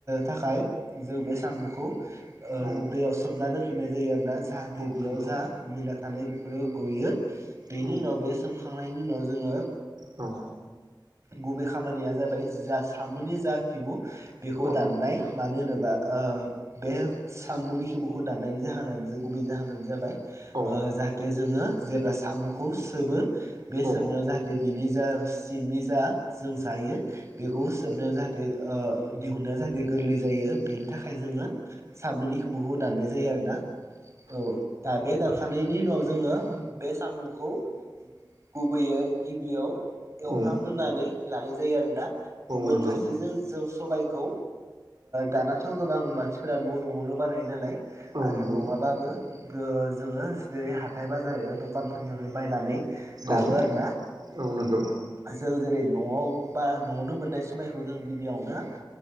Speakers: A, on the right; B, on the right.
A: थाखाय जों बे सामखौ। दैयाव
B: औ
A: सोमना दोनफिननाय जायो आरोना। जाहाथे
B: औ
A: बेयाव
B: नंगौ
A: जा मैला थानाय गयो बेनि
B: औ
A: उनाव बे सोमखांनायनि उनाव जोङो
B: औ
A: गुबै खामानिया जाबाय जा सामनि जा खिबु बेखौ
B: औ
A: दाननाय मानो होनोब्ला। बा बे सामनि खिबुखौ दाननायनि जाहोनानो गुबै जाहोनानो जाबाय।
B: औ
A: जाहाथे जोंङो जेब्ला सामखौ सोबो बे
B: औ
A: सोबनायाव जाहाथे बेनि। जा सिंनि जा जों जायो बेखौ सोबनायाव जाहाथे। दिहुनो जाहाथे गोरलै जायो। बेनि थाखाय जोङो सामोनैखौबोखौ दाननाय जायो आरोना औ दा बे दानखानायनायनि उनाव जोङो बे साम'खौ गुबैयै गिबियाव।
B: औ
A: <unintelligible> होनानै लानाय जायो आरोना गुबुन
B: नंगौ
A: फारसेजों जों सबबायखौ दानाथ गोबां मानसिफोरा न- न आवनो बानायो नालाय
B: औ नंगौ
A: आरो नङाबाबो। जोङो जेरै हाथाय बाजार एबा दखानफोरनिफ्राय बायनानै लाबो
B: औ
A: आरोना
B: औ नंगौ।
A: जों जेरै न'आव बा न'आवनो मोननाय सबायखौ जों गिबियावनो